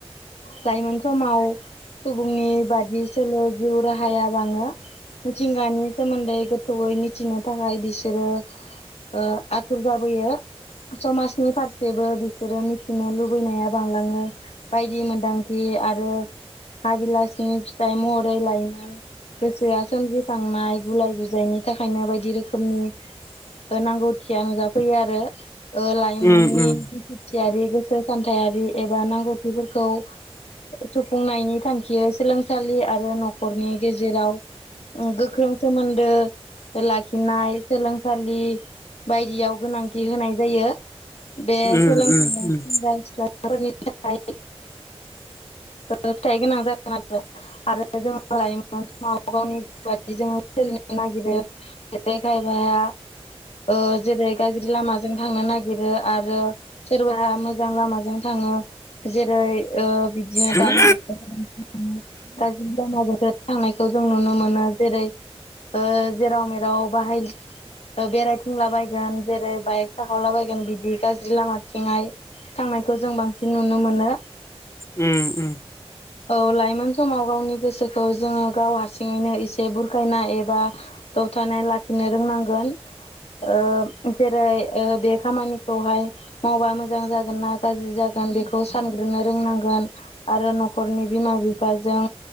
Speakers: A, on the left; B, on the left.
A: लाइमोन समाव सुबुंनि बादि सोलो जिउ राहाया बाङो। मिथिंगानि सोमोन्दै गोथौयै मिथिनो थाखाय बिसोरो ओ आथुर जाबोयो। समाजनि फारसेबो बिसोरो मिथिनो लुबैनाया बांलाङो। बायदि मोनदांखि आरो हाबिलासनि फिथाइ महरै लायमोन गोसोआ सोमजिखांनाय गुलाय गुजायनि थाखाय ओंखायनो बायदि रोखोमनि ओ नांगौथिया नुजाफैयो आरो ओ लाइमोननि
B: उम उम
A: दुखुथियारि गोसो सान्थायारि एबा नांगौथिफोरखौ सुफुंनायनि थांखियै सोलोंसालि आरो न'खरनि गेजेराव ओ गोख्रों सोमोन्दो लाखिनाय सोलोंसालि बायदियाव गोनांथि होनाय जायो बे
B: उम
A: सोलोंथाइया
B: उम उम
A: सेंग्रा सिख्लाफोरनि थाखाय <unintelligible> गोनां जागोन आरो आरो जोङो लाइमोन समाव गावनि बादि जोङो सोलिनो नागिरो। <unintelligible> खायफाया ओ जेरै गाज्रि लामाजों थांनो नागिरो आरो सोरबाहा मोजां लामाजों थाङो जेरै ओ बि बिदिनो
B: उम
A: दानि
B: उम
A: <unintelligible> गाज्रि लामाजोंसो थांनायखौ जों नुनो मोनो। जेरै ओ जेराव मेराव बाहाय ओ बेरायथिंलाबायगोन जेरै बाइक साखावलाबायगोन बिदि गाज्रि लामाथिंहाय थांनायखौ जों बांसिन नुनो मोनो।
B: उम उम।
A: औ लाइमोन समाव गावनि गोसोखौ जोङो गाव हारसिङैनो एसे बुरखायना एबा <unintelligible> थानाय लाखिनो रोंनांगोन। ओ जेरै ओ बे खामानिखौहाय मावबा मोजां जागोन ना गाज्रि जागोन बेखौ सानग्रोनो रोंनांगोन आरो न' खरनि बिमा बिफाजों